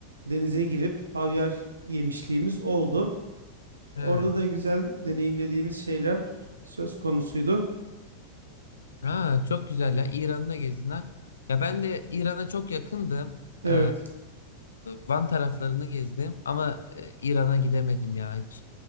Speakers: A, on the right (about 75°); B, on the left (about 70°).
A: denize girip havyar yemişliğimiz oldu.
B: He.
A: Orada da güzel deneyimlediğimiz şeyler söz konusuydu.
B: Ha, çok güzel ya. İran'da gezdin ha. Ya ben de İran'a çok yakındım.
A: Evet.
B: Ee, Van taraflarını gezdim ama e, İran'a gidemedim ya hiç.